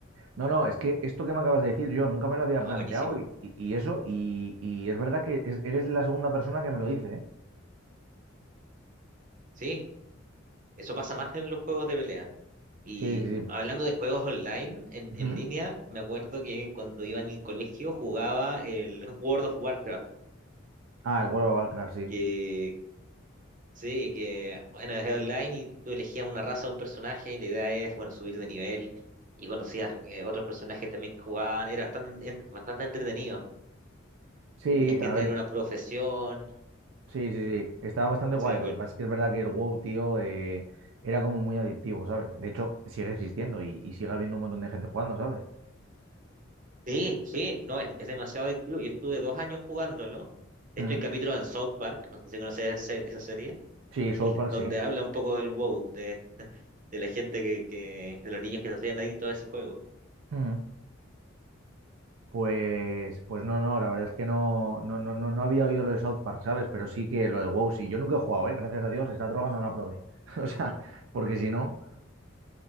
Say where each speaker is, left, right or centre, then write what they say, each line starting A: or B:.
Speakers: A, on the right (about 70°); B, on the right (about 40°).
A: No, no, es que esto que me acabas de decir yo nunca me lo había
B: Ah,
A: planteado
B: buenísimo.
A: y, y- y eso, y, y es verdad que es- eres la segunda persona que me lo dice, ¿eh?
B: Sí, eso pasa más en los juegos de pelea. Y
A: Sí, sí, sí.
B: hablando de juegos online, en,
A: Ujú.
B: en línea, me acuerdo que cuando iba en el colegio jugaba el <laughs> World of Warcraft,
A: Ah, el World of Warcraft, sí.
B: que sí, que bueno, es online y tú elegías una raza o un personaje y la idea es, bueno, subir de nivel y conocías eh, otros personajes también que jugaban, era bastante, en- bastante entretenido.
A: Sí,
B: Y tenías que
A: a
B: tener
A: ver,
B: una profesión.
A: sí, sí, sí. Estaba bastante guay.
B: Sí, me acuerdo.
A: Lo que pasa es que es verdad que el WoW, tío, eh, era como muy adictivo, ¿sabes? De hecho, sigue existiendo y, y sigue habiendo un montón de gente jugando, ¿sabes?
B: sí, sí, no, es, es demasiado adictivo. Yo estuve dos años jugándolo. De
A: Ujú.
B: hecho, hay capítulos en South Park, no sé si conoces esa ser- esa serie
A: Sí, South
B: <laughs>
A: Park,
B: donde
A: sí.
B: habla un poco del WoW, de de la gente que, que, de los niños que se hacían adictos a ese juego.
A: Ujú. Pues, pues no, no, la verdad es que no, no, no, no no había oído lo de South Park, ¿sabes? Pero sí que lo del WoW sí. Yo nunca he jugado, ¿eh? Gracias a Dios, esa droga no la probé. <laughs> O sea, porque si no.